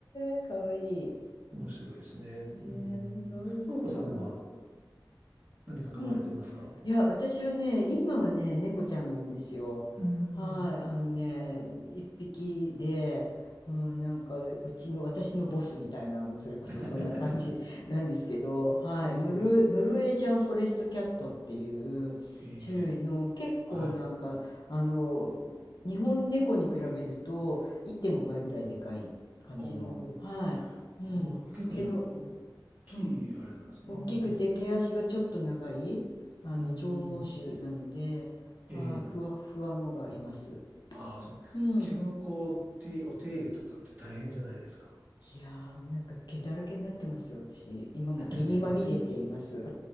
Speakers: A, on the left; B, on the right.
A: え、かわいい。
B: 面白いですね。
A: へえ、
B: うん。
A: そうですか。
B: ともこさんは何か買われてますか
A: うん。いや、私はね、今はね、猫ちゃんなんですよ。
B: うん。
A: はい、あのね、一匹で、うん、なんか、うちの、私のボスみたいな、もうそれこそそんな感じ
B: <laughs>
A: <laughs> なんですけど、はい、
B: うん。
A: ノル、ノルウェージャンフォレストキャットっていう
B: いいよ。
A: 種類の結構なんか、
B: はい。
A: あの、日本猫に比べると1.5倍ぐらいでかい感じの、
B: おー。
A: はい、うん、
B: あー、結構じゃあ、
A: 毛の、
B: 大きいあれなんですね。
A: うん大きくて毛足がちょっと長いあの長毛種なので、
B: うん。うん
A: はあふわふわのがいます。
B: ええああ、そう。
A: うん。
B: 毛のこう、手、お手入れとかって大変じゃないですか。
A: いやーもうなんか毛だらけになってますよ私今も毛にまみれています
B: <laughs>